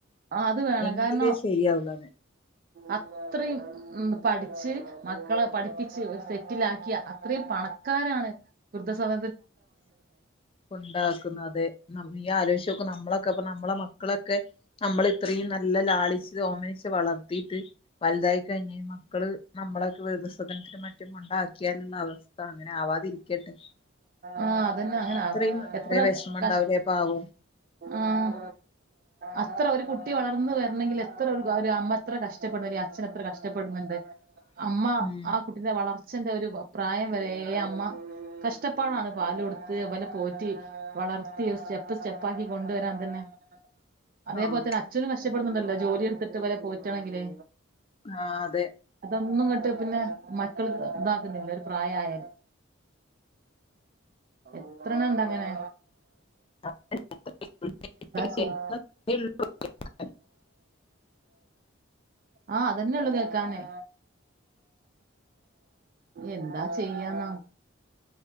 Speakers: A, on the right; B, on the left.
A: അത് വേണം
B: എങ്കിലേ
A: കാരണം
B: ശരിയാവുള്ളൂ അത്
A: അത്രയും ഉം. പഠിച്ച് മക്കളെ പഠിപ്പിച്ച് ഒരു സെറ്റിലാക്കിയ അത്രയും പണക്കാരാണ് വൃദ്ധ സദ
B: കൊണ്ടാക്കുന്ന അതെ നമ്മി ആലോയ്‌ച്യൊക് നമ്മളൊക്കപ്പ മ്മളെ മക്കളൊക്കെ അമ്മള് ഇത്രീം നല്ല ലാളിച്ച് ഓമനിച്ച് വളർത്തിട്ട് വൽതായി കഴിഞ്ഞാ മക്കള് നമ്മളൊക്കെ വൃദ്ധസദനത്തിലും മറ്റും കൊണ്ടാക്കിയാലുള്ള അവസ്ഥ അങ്ങനെ ആവാതിരിക്കട്ടെ.
A: ആഹ് അതന്നെ അങ്ങനെ
B: ഇത്രയും
A: എത്ര
B: ഇത്രയും വിഷമം
A: കഷ
B: ഉണ്ടാവൂലേ പാവം
A: ആഹ് അത്ര ഒരു കുട്ടി വളർന്ന് വര്ണങ്കില് എത്ര ഒരു ഗ അമ്മ ത്ര കഷ്ടപ്പെടുലെ അച്ഛൻ എത്ര കഷ്ടപ്പെടുന്നുണ്ട്. അമ്മ
B: ഉം
A: ആ കുട്ടിന്റെ വളർച്ചന്റെ ഒരു പ്രായം വരേ അമ്മ കഷ്ടപ്പാടാണ് പാല് കൊടുത്ത് ഇവനെ പോറ്റി, വളർത്തി സ്റ്റെപ്പ് സ്റ്റെപ്പ് പ്പാക്കി കൊണ്ടുവരാൻ തന്നെ. അതേപോലെ
B: ആഹ്
A: തന്നെ അച്ഛനും കഷ്ടപ്പെടുന്നുണ്ടല്ലോ
B: അതെ
A: ജോലി എടുത്തിട്ട് ഇവരെ പോ റ്റെണെങ്കില്
B: ആഹ് അതെ.
A: ഒന്നും ഇങ്ങട്ട് പിന്നെ മക്കള് ഇതാക്കുന്നില്ല ഒരു പ്രായായാല് എത്രണ്ണം ഇണ്ടങ്ങനെ.
B: <unintelligible>
A: ചെയ്യ ആഹ് അതെന്നെള്ളു കേക്കാന്. എന്താ ചെയ്യാന്നാ